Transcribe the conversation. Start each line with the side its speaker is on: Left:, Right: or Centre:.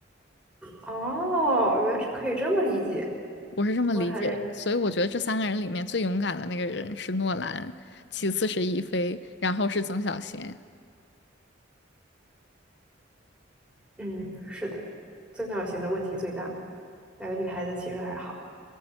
Centre: 哦，原来是可以这么理解，
Left: 我是这么理解的，
Centre: 我还
Left: 所以我觉得这三个人里面最勇敢的那个人是诺兰，其次是亦菲，然后是曾小贤。
Centre: 嗯是的，自小型的问题最大，两个女孩子其实还好，